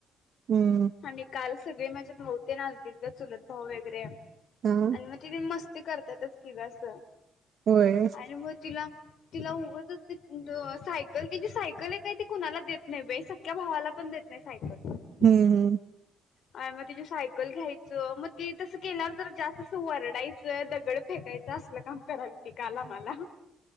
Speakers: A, on the right; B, on the left.
A: हम्म.
B: आणि काल सगळे माझे, भाऊ तेन आलतीत गं चुलत भाऊ वगैरे.
A: हा.
B: आणि मग ति मस्ती करत्यातच कि गं, अस
A: होय
B: आणि मग तिला. तिला उगड असते सायकल क जे सायकल आहे काय ते कुणाला देत नाही बे सख्या भावाला पण देत नाही साब
A: हम्म हम्म.
B: आणि मग तिची सायकल घ्यायचं मग ती तसं केल्यावर तर जास्त अस वरडायचं दगड. फेकायचं असलं काम कराल ति काला आम्हाला